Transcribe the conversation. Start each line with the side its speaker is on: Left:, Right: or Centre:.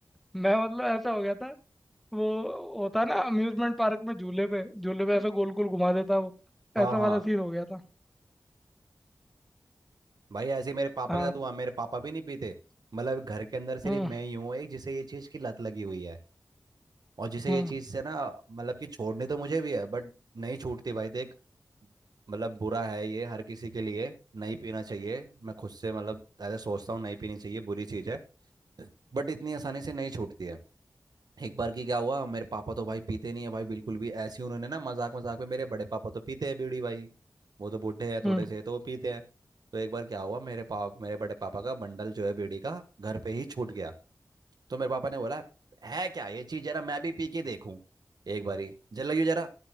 Centre: मैं मतलब ऐसा हो गया था वो होता है ना अम्यूजमेंट पार्क में झूले पे झूले पे ऐसा गोल गोल घुमा देता है वो
Right: हाँ
Centre: ऐसा
Right: हाँ
Centre: वाला सीन हो गया था
Right: भाई ऐसे ही मेरे पापा
Centre: हाँ
Right: के साथ हुआ मेरे पापा भी नहीं पीते मतलब घर के अंदर सिर्फ
Centre: हम्म
Right: मैं ही हूँ एक जिसे ये चीज़ की लत लगी हुई है और जिसे
Centre: हम्म
Right: ये चीज़ से ना मतलब कि छोड़नी तो मुझे भी है बट नहीं छूटती भाई देख मतलब बुरा है ये हर किसी के लिए नहीं पीना चाहिए मैं खुद से मतलब ऐसा सोचता हूँ नहीं पीनी चाहिए बुरी चीज़ है बट इतनी आसानी से नहीं छूटती है एक बार की क्या हुआ मेरे पापा तो भाई पीते नहीं है भाई बिल्कुल भी ऐसे ही उन्होंने ना मजाक मजाक में मेरे बड़े पापा तो पीते हैं बीड़ी भाई वो तो बूढ़े हैं थोड़े
Centre: हम्म
Right: से तो वो पीते हैं तो एक बार क्या हुआ मेरे पाप मेरे बड़े पापा का बंडल जो है बीड़ी का घर पे ही छूट गया तो मेरे पापा ने बोला है क्या ये चीज जरा मैं भी पी के देखूं एक बारी जलाइयो जरा